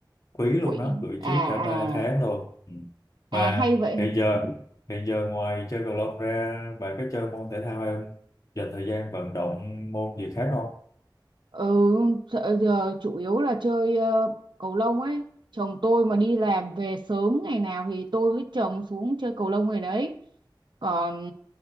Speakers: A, on the left (about 40°); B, on the right (about 70°).
A: quý luôn
B: quỹ
A: đó gửi
B: à
A: trước cả 3
B: à
A: tháng luôn ừ.
B: à
A: mà
B: hay vậy
A: hiện giờ hiện giờ ngoài chơi cầu lông ra bạn có chơi môn thể thao hay không dành thời gian vận động môn gì khác không
B: Ừ, sợ giờ chủ yếu là chơi ờ, cầu lông ấy. Chồng tôi mà đi làm về sớm ngày nào thì tôi với chồng xuống chơi cầu lông ngày đấy. Còn